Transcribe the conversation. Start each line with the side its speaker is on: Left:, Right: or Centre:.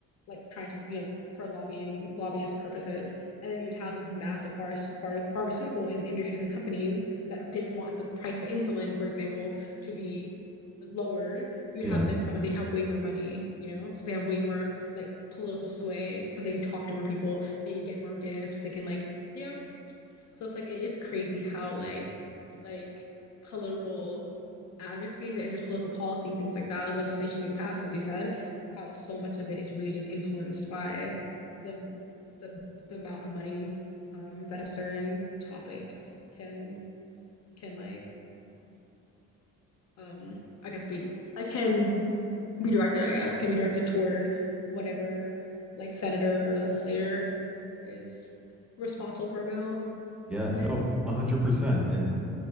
Left: like trying to you know for lobbying lobbyist purposes and then we would have these massive phar- phar- pharmaceutical in- industries and companies that didn't want the price of insulin for example to be lowered we
Centre: Yeah.
Left: would have them come and they have way more money you know so they have way more like political sway because they can talk to more people they can get more gifts they can like you know so it's like it is crazy how like like political advocacy and just political policy and things like that, like legislation being passed, as you said, how so much of it is really just influenced by the the the amount of money um that a certain topic can can like um I guess be I can be directed, I guess, can be directed toward whatever like senator or legislator is responsible for a bill.
Centre: Yeah.
Left: Like,
Centre: No, one hundred percent. And